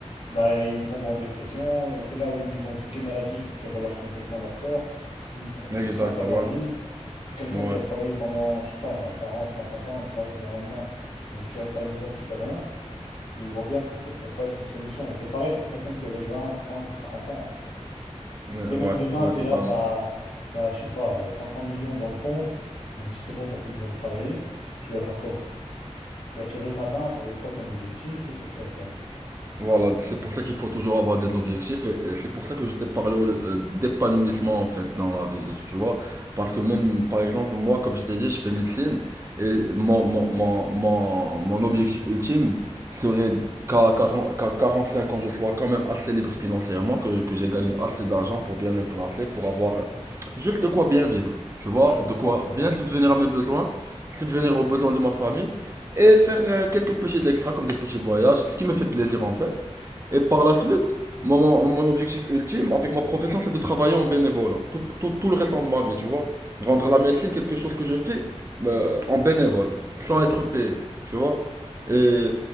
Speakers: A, on the left (about 55°); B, on the right (about 25°).
A: bah ils tombent en dépression. C'est là où ils ont toutes les maladies parce qu'ils relâchent complètement leur corps. Ils trouvent
B: Exactement,
A: plus de sens à leur
B: ouais.
A: vie. T'as quelqu'un
B: Ouais.
A: qui a travaillé pendant, je sais pas moi, 40, 50 ans et qui arrive du jour au lendemain. On dit tu restes à la maison, tu fais rien. Tu vois bien que ça peut pas être une solution. Et c'est pareil pour quelqu'un qui aurait 20, 30 ou 40 ans. hein.
B: Mais
A: Tu sais,
B: Ouais,
A: même demain,
B: ouais,
A: t'es
B: totalement.
A: là, t'as, t'as, je sais pas, euh, 500 millions dans le compte. On te dit, c'est bon, t'as plus besoin de travailler. Tu vas faire quoi? Tu vas te lever le matin, ça va être quoi ton objectif? Qu'est-ce que tu vas faire?
B: Voilà, c'est pour ça qu'il faut toujours avoir des objectifs et, et c'est pour ça que je t'ai parlé au- euh, d'épanouissement en fait dans la vie, tu vois. Parce que même, par exemple, moi, comme je t'ai dit, je fais médecine et mon, mon, mon, mon, mon objectif ultime serait qu'à quarante qu'à 45 ans, je sois quand même assez libre financièrement, que, que j'ai gagné assez d'argent pour bien le placer, pour avoir juste de quoi bien vivre, tu vois,
A: Ouais, je comprends,
B: de quoi
A: je comprends.
B: bien subvenir à mes besoins, subvenir aux besoins de ma famille et faire euh, quelques petits extras comme des petits voyages, ce qui me fait plaisir en fait. Et par la suite, moi, mon, mon objectif ultime avec ma profession, c'est de travailler en bénévole. Tout, tout, tout le restant de ma vie, tu vois. Rendre la médecine quelque chose que je fais euh, en bénévole, sans être payé, tu vois. Et,